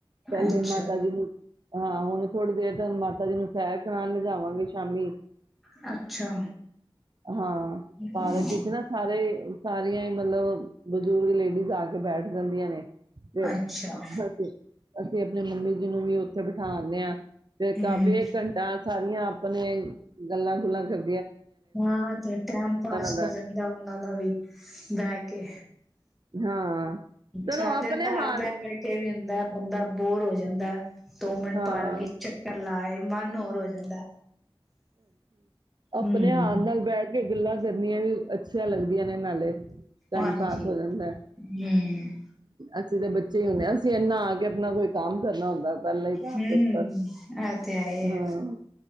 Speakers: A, on the right; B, in the centre.
A: ਪਹਿਲੇ
B: ਅੱਛਾ
A: ਮਾਤਾ ਜੀ ਨੂੰ ਹਾਂ ਹੁਣ ਥੋੜੀ ਦੇਰ ਮਾਤਾ ਜੀ ਨੂੰ ਸੈਰ ਕਰਾਉਣ ਲੱ ਜਾਵਾਂਗੇ ਸ਼ਾਮੀ
B: ਅੱਛਾ।
A: ਹਾਂ
B: ਹੂੰ,
A: ਪਾਰਕ ਵਿੱਚ ਨਾ ਸਾਰੇ ਸਾਰੀਆਂ ਹੀ ਮਤਲਬ ਬਜ਼ੁਰਗ ਲੇਡੀਜ਼ ਆ ਕੇ ਬੈਠ ਜਾਂਦੀਆਂ ਨੇ ਫਿਰ
B: ਅੱਛਾ
A: ਹਾਂ ਅਸੀਂ ਆਪਣੇ ਮੰਮੀ ਜੀ ਨੂੰ ਵੀ ਉੱਥੇ ਬਿਠਾਦੇ ਹਾਂ ਤੇ ਕਾਫੀ
B: ਹੂੰ
A: ਘੰਟਾ ਆਪਣੇ ਗੱਲਾਂ ਗੁੱਲਾਂ ਕਰ
B: ਹਾਂ ਤੇ ਟੈਮ ਪਾਸ
A: ਦਾ
B: ਹੋ ਜਾਂਦਾ ਉਹਨਾਂ ਦਾ ਵੀ ਬਹਿ ਕੇ
A: ਹਾਂ ਚਲੋ
B: ਸਾਰ ਦਿਨ
A: ਆਪਣੇ
B: ਘਰ
A: ਹਾਲ
B: ਬਹਿ ਬੈ ਕੇ ਵੀ ਹੁੰਦਾ ਬੰਦਾ ਬੋਰ ਹੋ ਜਾਂਦਾ ਜਾਂੰਦਾ ਦੋ ਮਿੰਟ
A: ਹਾਂ
B: ਪਾਾਰਗੇ ਚੱਕਰ ਲਾਏ ਮਨ ਹੋਰ ਹੋ ਜਾਂਦਾ ਹਮ
A: ਆਪਣੇਿਆਨ ਨਾਲ ਬੈਠ ਕੇ ਗੱਲਾਂ ਕਰਨੀੀਆਂ ਵੀ ਅੱਛਾ ਲੱਗਦਾ ਨੇ ਨਾਲੇ ਟਾਈਮ
B: ਹਾਂਜੀ
A: ਪਾਸ ਹੋ ਜਾਂਦਾ
B: ਹਮ
A: ਅਸੀਂ ਦੇ ਬੱਚੇ ਹੀ ਹੁੰਦੇ ਹਾਂ ਅਸੀਂ ਇੰਨਾ ਆ ਕੇ ਆਪਣਾ ਕੋਈ ਕੰਮ ਕਰਨਾ ਹੁੰਦਾ ਪਹਿਲਾਂ ਹੀ ਤਾਂ
B: ਹਮ
A: ਆ ਕੇ ਉੱਪਰ
B: ਆਹ ਤੇ ਆਏ
A: ਹਾਂ